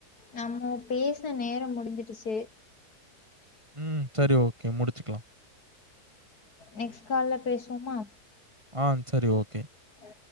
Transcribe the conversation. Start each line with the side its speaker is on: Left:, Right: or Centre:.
Left: நம்மோ பேசின நேரம் முடிஞ்சிடுச்சு
Right: ம் சரி ஓகே முடிச்சுக்கலா
Left: நெக்ஸ்ட் கால்ல பேசுவோமா
Right: ஆ செரி ஓகே
Left: ஆ